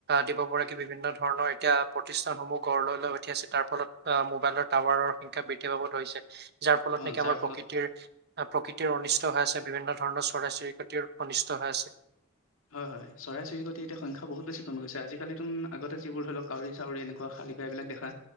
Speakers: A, on the right; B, on the left.
A: দিব পৰাকে বিভিন্ন ধৰণৰ এতিয়া প্ৰতিষ্ঠানসমূহ গঢ় লৈ লৈ উঠি আছে তাৰ ফলত মোবাইলৰ টাৱাৰৰ সংখ্যা বৃদ্ধি পাব ধৰিছে। যাৰ ফলত
B: অ
A: নেকি আমাৰ
B: যাৰ ফলত
A: প্ৰকৃতিৰ প্ৰকৃতিৰ অনিষ্ট হৈ আছে বিভিন্ন ধৰণৰ চৰাই চিৰিকতিৰ অনিষ্ট হৈ আছে।
B: হয় হয় চৰাই চিৰিকতি এতিয়া সংখ্যা বহুত বেছি কমি গৈছে, আজিকালিতো আগতে যিবোৰ ধৰি লওক কাউৰী চাউৰী এনেকুৱা শালিকা এইাবিলাক দেখা